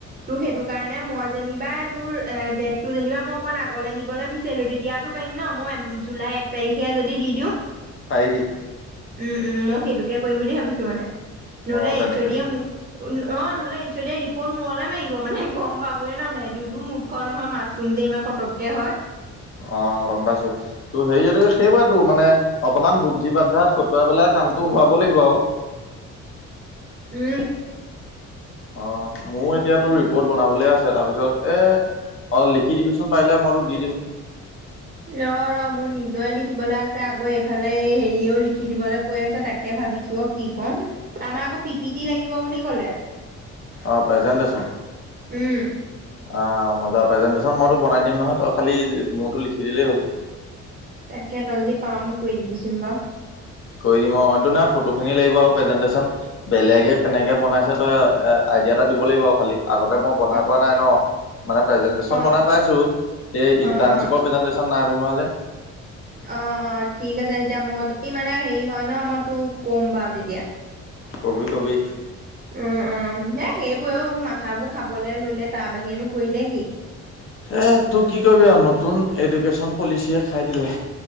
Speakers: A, on the right; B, on the left.
A: সেইটো কাৰণে মই যেনিবা তোৰ এ ডেটটো যেনিবা মই অকন আগলে নিবলে বি বিচাৰিলো তেতিয়াতো পাৰিম ন মই জুলাই এক তাৰিখে যদি দি দিওঁ
B: পাৰিবি।
A: উম, উম মই সেইটোকে কৰিম বুলি ভাবিছোঁ মানে নহ'লে
B: অ তেনেকে
A: এডচ'দি
B: পাৰি
A: মোক অ', নহ'লে ই দে ৰিপৰ্ট মূলে মাৰিব মানে গ'ম পাবে ন নাই দাইতো ম নহয় মাছৰুম যে ইমান পটককে হয়।
B: অ', গ'ম পাইছোঁ। ত' সেৰিয়টো সেইবটো মানে অকমান বুদ্ধি বাধা খটুৱাই পেলাই কামটো হোৱাব লাগিব আৰু।
A: উম।
B: অ',
A: তাকে
B: মোৰ এতিয়াতো ৰিপৰ্ট বনাবলে আছে তাৰ পিছত এ অ', লিখি দিবিচোন পাৰিলে মইতো দি দিম।
A: ৰ, ৰ মোৰ নিজয় লিখিবলৈ আছে আকৌ এইফালে হেৰিয়ও লিখি দিবলৈ কৈ আছে তাকে। তাকে ভাবিছোঁ অ', কি ক'ম আমাৰ আকৌ পি পি টি লাগিব বুলি ক'লে।
B: অ', প্ৰেজেণ্টেশচন
A: উম।
B: অ', মজা প্ৰেজেন্টেশচন মইতো বনাই দিম নহয় তই খালি মোৰতো লিখি দিলেই হ'ল।
A: তাকে তই যদি পাম মোক কৈ দিবিচোন বাৰ।
B: কৰি দিম অটো নাই ফটোখিনি লাগিব আৰু প্ৰেজেনটেচন বেলেগে কেনেকে বনাইছে তই এ আইডিয়া এটা দিব লাগিব আৰু খালি আগতে মই বনাই
A: অ'
B: পোৱা নাই ন মানে প্ৰেজেন্টন
A: অ'
B: বনাই পাইছোঁ এই ইন্টাশ্বিপৰ
A: অ' অ'
B: প্ৰেজেন্টচন নাই বনোৱা যে
A: অ', অ', ঠিক আছে তেতিয়া মই যদি মানে হেৰি হয় ন মই তোক ক'ম বাৰু তেতিয়া
B: কবি, কবি।
A: উম, উম এ সেইবোৰওোৰ মাথাবোৰ খাবলে ললে তাৰ বাহিৰেনো কৰিলে কি।
B: এই তোক কি কৰিবি আৰু নতুন এডুকেশ্যন পলিচিয়ে খাই দিলে।